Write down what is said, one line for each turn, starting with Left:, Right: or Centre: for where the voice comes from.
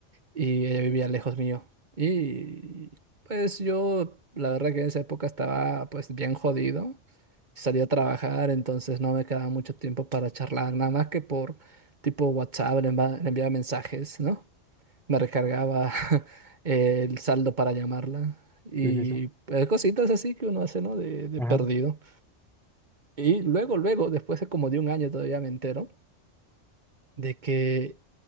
Right: y ella vivía lejos mío. Y pues yo, la verdad que en esa época estaba pues bien jodido, salía a trabajar, entonces no me quedaba mucho tiempo para charlar, nada más que por tipo WhatsApp, le enva- le enviaba mensajes, ¿no? me recargaba <laughs> el saldo para llamarla. Y
Centre: Sí, sí, sí.
Right: eh, cositas así que uno hace, ¿no? De, de
Centre: Ajá.
Right: perdido. Y luego, luego, después de como de un año todavía me entero de que